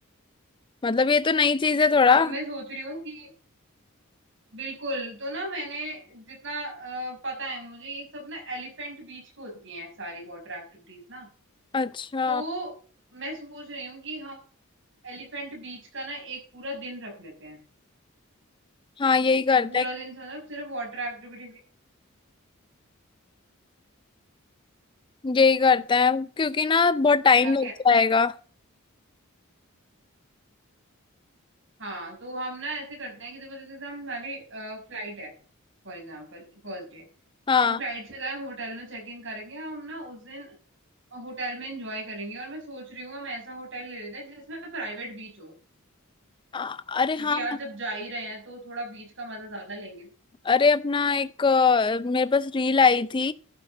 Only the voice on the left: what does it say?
मतलब ये तो नई चीज है थोड़ा
अच्छा
हाँ यही करते
हैं
यही करते हैं क्योंकि ना बहुत टाइम
लग जाएगा
हाँ
अ- अरे
हाँ
अरे अपना एक अ, मेरे पास रील आई थी